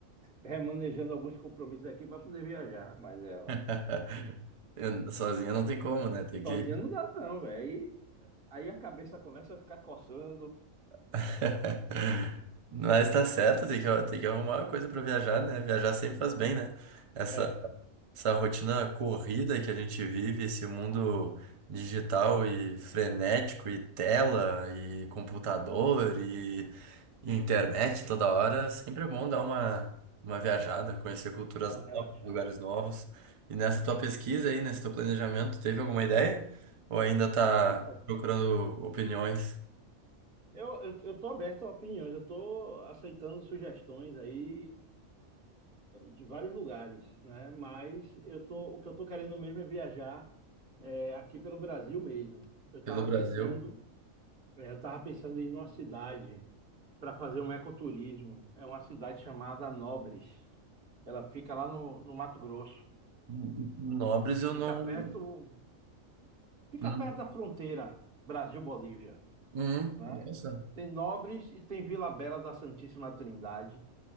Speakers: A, on the right; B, on the right.
A: remanejando alguns compromissos aqui para poder viajar. Mas ela,
B: <laughs> Eu- Sozinha não tem como, né? Tem
A: sozinha
B: que.
A: não dá não, velho. Aí, aí a cabeça começa a ficar coçando.
B: <laughs> Mas tá certo, tem que, tem que arrumar uma coisa pra viajar, né? Viajar sempre faz bem, né? Essa,
A: É,
B: essa rotina corrida que a gente vive, esse mundo digital e frenético, e tela, e computador, E internet toda hora, sempre é bom dar uma, uma viajada, conhecer culturas
A: dá uma relaxada.
B: novas, lugares novos. E nessa tua pesquisa aí, nesse teu planejamento, teve alguma ideia? Ou ainda tá
A: Rapaz,
B: procurando opiniões
A: eu, eu, eu tô aberto a opiniões, eu tô aceitando sugestões aí de vários lugares, né? Mas eu tô, o que eu tô querendo mesmo é viajar é, aqui pelo Brasil mesmo. Eu
B: pelo
A: tava
B: Brasil?
A: pensando, é, eu tava pensando em ir numa cidade para fazer um ecoturismo. É uma cidade chamada Nobres. Ela fica lá no, no Mato Grosso.
B: N- Nobres eu
A: Fica
B: não.
A: perto, fica
B: Hum,
A: perto da fronteira Brasil-Bolívia,
B: hum,
A: né?
B: nossa.
A: Tem Nobres e tem Vila Bela da Santíssima Trindade,